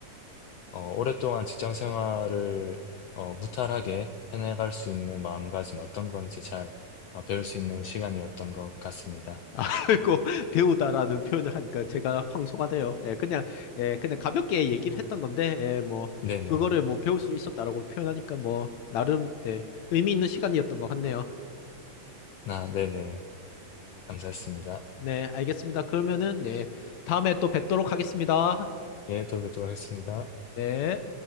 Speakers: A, on the left; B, on the left.
A: 어, 오랫동안 직장 생활을 어, 무탈하게 해나갈 수 있는 마음가짐이 어떤 건지 잘 어, 배울 수 있는 시간이었던 것 같습니다.
B: 아, 아이고, 배우다라는 표현을 하니까 제가 황송하네요. 예, 그냥, 예, 그냥 가볍게 얘기를
A: 음, 음.
B: 했던 건데, 예, 뭐,
A: 네네.
B: 그거를 뭐 배울 수 있었다라고 표현하니까 뭐, 나름, 예, 의미 있는 시간이었던 것 같네요.
A: 나, 네네. 감사했습니다.
B: 네, 알겠습니다. 그러면은, 네, 다음에 또 뵙도록 하겠습니다.
A: 예, 또 뵙도록 하겠습니다.
B: 네.